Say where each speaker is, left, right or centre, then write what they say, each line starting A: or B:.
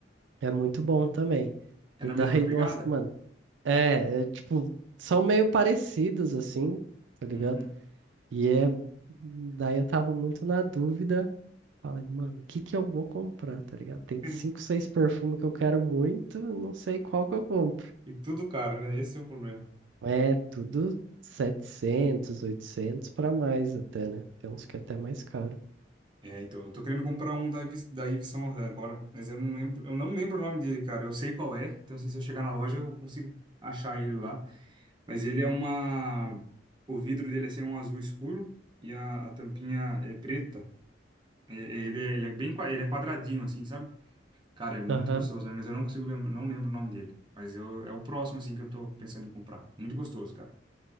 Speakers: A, on the right; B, on the right.
A: É muito bom também.
B: É
A: E
B: na
A: daí,
B: mesma pegada?
A: <laughs> nossa, mano, é, é tipo, são meio parecidos, assim, tá ligado?
B: Uhum.
A: E é. Daí eu tava muito na dúvida. Falei, mano, o que que eu vou comprar, tá ligado? Tem
B: <laughs>
A: cinco, seis perfumes que eu quero muito, não sei qual que eu compro.
B: E tudo caro, né? Esse é o problema.
A: É tudo 700 800 pra mais até, né? Tem uns que é até mais caro.
B: É, então, eu tô querendo comprar um da Yves, da Yves Saint Laurent agora, mas eu não lembro, eu não lembro o nome dele, cara. Eu sei qual é, então assim, se eu chegar na loja eu consigo achar ele lá. Mas ele é uma, o vidro dele é assim, um azul escuro e a, a tampinha é preta. É- Ele, é- ele é bem, qua- ele é quadradinho assim, sabe? Cara, é muito
A: Aham.
B: gostoso, né? mas eu não consigo lembrar, não lembro o nome dele. Mas eu, é o próximo, assim, que eu tô pensando em comprar. Muito gostoso, cara.